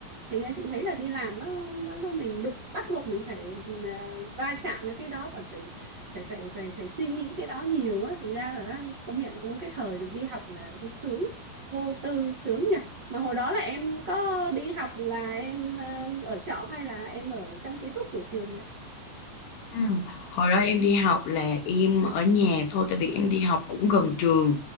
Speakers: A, on the right (about 30°); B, on the left (about 70°).
A: thành ra chị thấy là đi làm nó nó, nó mình đụng bắt buộc mình phải ờ, va chạm với cái đó và phải phải phải phải phải suy nghĩ cái đó nhiều á thành ra là công nhận cũng cái thời được đi học là thấy sướng vô tư sướng nhỉ mà hồi đó là em có đi học là em ờ, ở trọ hay là em ở trong ký túc của trường nhỉ
B: Ừ. Hồi đó em đi học là em ở nhà thôi tại vì em đi học cũng gần trường